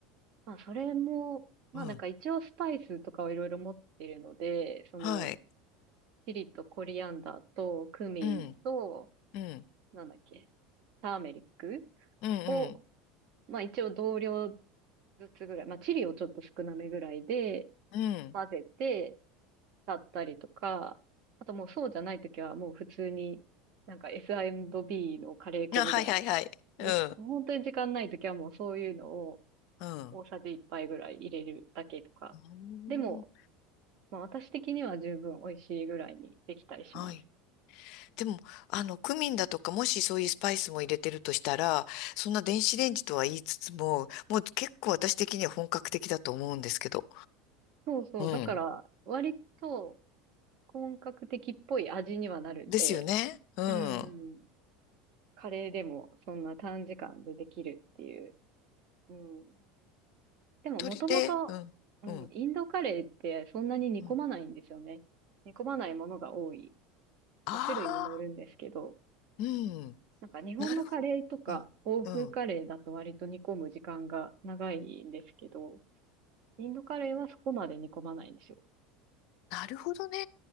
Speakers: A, on the right (about 45°); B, on the left (about 50°).
A: まあ、それも、まあなんか一応スパイスとかをいろいろ持ってるので、
B: うん。
A: その、
B: はい。
A: チリとコリアンダーとクミンと、
B: うん。うん。
A: なんだっけ、ターメリック
B: うん。
A: を、まあ一応同量ずつぐらい、まあチリをちょっと少なめぐらいで
B: うん。うん。
A: 混ぜて、だったりとか、あともうそうじゃないときはもう普通に、なんか S&B のカレー粉みたいな、
B: あ、はいはいはい。
A: う本当に時間ないときはもうそういうのを、
B: うん。うん。
A: 大さじ1杯ぐらい入れるだけとか。
B: うん
A: でも、まあ私的には十分美味しいぐらいにできたりします。
B: はい。でも、あの、クミンだとか、もしそういうスパイスも入れてるとしたら、そんな電子レンジとは言いつつも、もう結構私的には本格的だと思うんですけど。
A: そうそう。
B: うん。
A: だから、割と本格的っぽい味にはなるんで、
B: ですよね。うん。
A: うん。カレーでもそんな短時間でできるっていう。うん。でももともと、
B: 鶏で、うん。
A: うん、
B: うん。
A: インドカレーってそんなに煮込まないんですよね。
B: うん。
A: 煮込まないものが多い。
B: ああ、
A: まあ種類にもよるんですけど。
B: うん。
A: なんか日本のカレーとか欧風カレーだと割と煮込む時間が長いんですけど、
B: なるほど。うん。
A: インドカレーはそこまで煮込まないんですよ。
B: なるほどね。